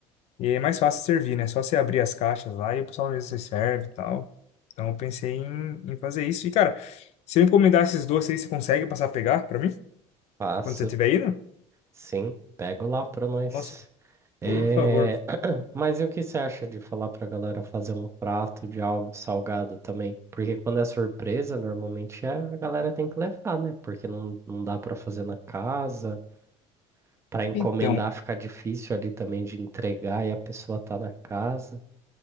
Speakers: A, on the left; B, on the right.
A: E aí é mais fácil servir, né? Só você abrir as caixas lá e o pessoal mesmo se serve e tal. Então eu pensei em, em fazer isso. E, cara, se eu encomendar esses doces aí, você consegue passar a pegar pra mim?
B: Faço.
A: Quando você estiver indo?
B: Sim, pego lá para nós.
A: Nossa,
B: É,
A: por favor.
B: <clears throat> Mas e o que você acha de falar pra galera fazer um prato de algo salgado também? Porque quando é surpresa, normalmente é- a galera tem que levar, né? Porque não, não dá pra fazer na casa. Para encomendar
A: Então,
B: fica difícil ali também de entregar e a pessoa tá na casa.